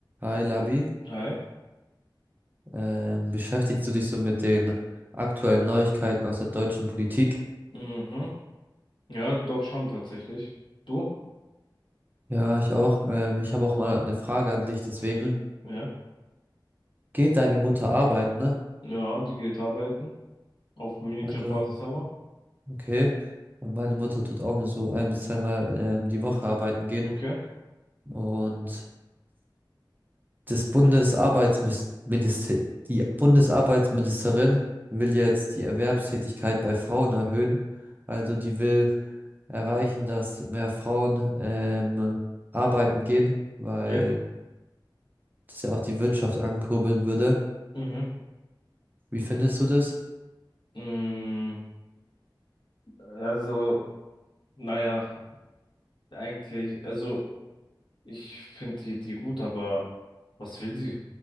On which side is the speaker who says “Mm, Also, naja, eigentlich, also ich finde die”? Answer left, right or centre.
Left